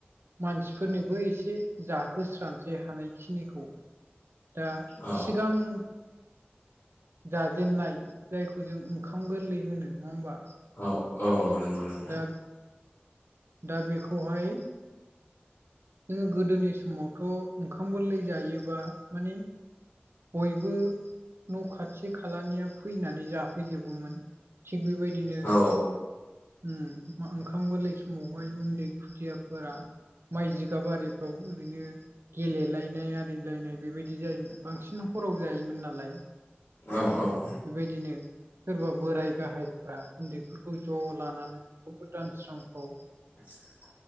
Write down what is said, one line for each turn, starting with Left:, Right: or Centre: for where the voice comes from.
Right: मानसिफोरनोबो एसे जाहोस्रांसै हानायखिनिखौ दा
Left: औ
Right: सिगां जाजेननाय जायखौ जों ओंखाम गोरलै होनो नङा होमबा
Left: औ औ औ नंगौ नंगौ
Right: दा दा बेखौहाय जोङो गोदोनि समावथ' ओंखाम गोरलै जायोबा माने बयबो न' खाथि खालानिया फैनानै जाफैजोबोमोन थिग बेबायदिनो
Left: औ
Right: ओम ओंखाम गोरलै समावहाय उन्दै खुदियाफोरा माइ जि जिगाब आरिफ्राव ओरैनो गेलेलायनाय आरिलायनाय बेबायदि जायोमोन बांसिन हराव जायोमोन नालाय
Left: औ औ
Right: बेबायदिनो। सोरबा बोराय गाहायफ्रा उन्दैफोरखौ ज' लानानै अखाफोर दानस्रांफोराव
Left: <inaudible>